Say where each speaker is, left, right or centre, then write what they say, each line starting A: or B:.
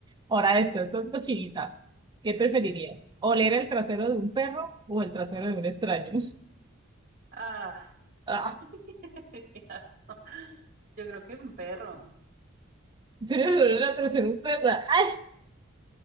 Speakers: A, on the right; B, on the right.
A: Ahora, esto, esto es cochinita. ¿Qué preferirías? ¿Oler el trasero de un perro o el trasero de un extraño? <laughs>
B: Ah,
A: Ah,
B: <laughs> qué asco. Yo creo que un perro.
A: tienes oler el trasero de un perro? ¡Ay!